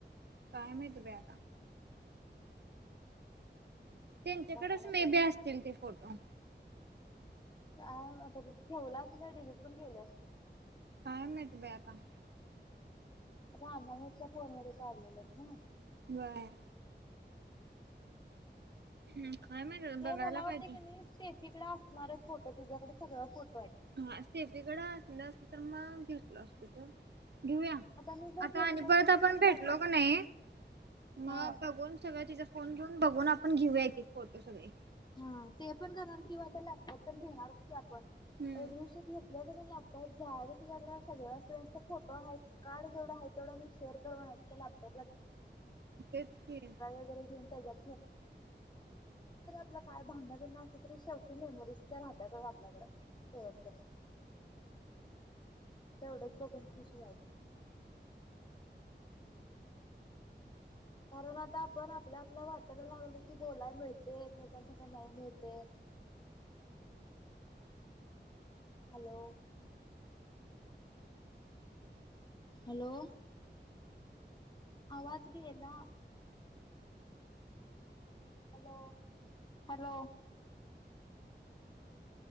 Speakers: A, on the right; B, on the left.
A: कायमच ब्या त्यांच्याकडेच
B: बघायला पाहिजे
A: मे बी असतील ते फोटो
B: आता ठेवलं असेल डिलीट पण केले असतील
A: काय मिनट बयाता
B: रामाणचा फोन मध्ये काढलेलात ना
A: बर
B: हम्म
A: हम्म काय माहित
B: ते
A: बघायला
B: मला
A: पाहिजे
B: वाटते की नाही त्याचीकडे असणार आहे फोटं तुझ्या कडे सगळं फोट
A: हा सेफीकडे असलं असत तर मग घेतलं असत तर <unintelligible> घेऊया
B: मी जर
A: आता
B: घेतलो
A: आणि
B: बितलो
A: परत आपण
B: का नाही
A: भेटलो
B: नवीन
A: का नाही मग
B: हा
A: बघून सगळ्या तिचा फोन घेऊन बघून आपण घेऊया फोटो सगळे
B: हा ते पण करणार किंवा आता लॅपटॉप पण घेणार की आपण
A: हम्म.
B: एक दिवशी घेतलं की लॅपटॉप जाग जग सगळ्या फ्रेंड्सचा फोटो आहे कार्ड जेवढं आहे तेवढं मी शेअर कर ना लागतो
A: तेच की
B: वगैरे घेऊन त्याच्यात आप काय भांडन बिंडन अस असले तरी शेवटी मेमोरीज त्या राहतातच आपल्याकड शेवटपर्यंत <unintelligible> तेवढंच बघून खुश व्हायचं कारण आता आपण आपल्या आपल्या वाटायला लागलो की बोलायला मिळते एकमेकांसारखं नाही मिळते हॅलो हॅलो आवाज गे ला हॅलो हॅलो